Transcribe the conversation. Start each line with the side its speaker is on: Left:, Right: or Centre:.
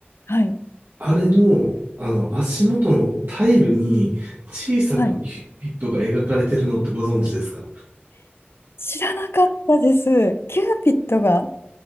Left: はい、
Right: あれの、あの、足元のタイルに小さくキューピッドが描かれてるのってご存知ですか
Left: はい、知らなかったです。キューピッドが。